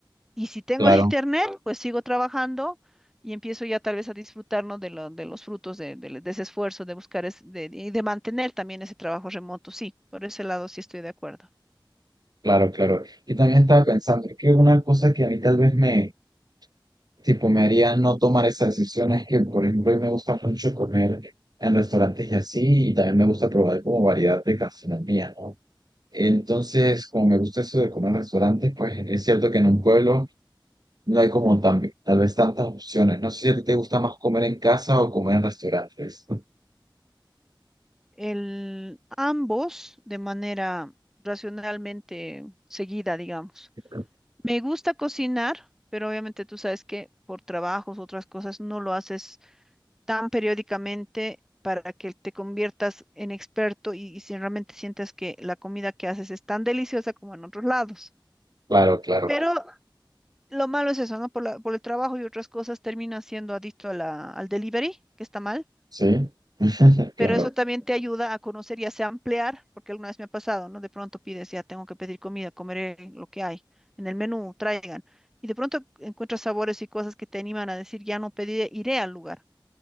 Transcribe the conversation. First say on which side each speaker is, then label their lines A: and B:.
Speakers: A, in the centre; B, on the right.
A: y si tengo
B: Claro,
A: internet, pues sigo trabajando y empiezo ya tal vez a disfrutar, ¿no? de lo- de los frutos de, de- de ese esfuerzo, de buscar es- de- y de mantener también ese trabajo remoto. Sí, por ese lado sí estoy de acuerdo.
B: claro, claro. Y también estaba pensando que una cosa que a mí tal vez me, tipo, me haría no tomar esas decisiones que, por ejemplo, a mí me gusta mucho comer en restaurantes y así, y también me gusta probar como variedad de gastronomía, ¿no? Entonces, como me gusta eso de comer en restaurantes, pues es cierto que en un pueblo no hay como tan, tal vez tantas opciones. No sé si a ti te gusta más comer en casa o comer en restaurantes.
A: El, ambos de manera racionalmente seguida, digamos.
B: <laughs>
A: Me gusta cocinar, pero obviamente tú sabes que por trabajos, otras cosas, no lo haces tan periódicamente para que te conviertas en experto y, y si realmente sientas que la comida que haces es tan deliciosa como en otros lados.
B: Claro, claro,
A: Pero lo malo es eso, ¿no? Por la- por el trabajo y otras cosas terminas siendo adicto a la- al delivery, que está mal.
B: sí, <laughs> claro,
A: Pero eso también te ayuda a conocer y hace ampliar, porque alguna vez me ha pasado, ¿no? De pronto pides, ya tengo que pedir comida, comeré lo que hay en el menú, traigan. Y de pronto encuentras sabores y cosas que te animan a decir, ya no pediré, iré al lugar.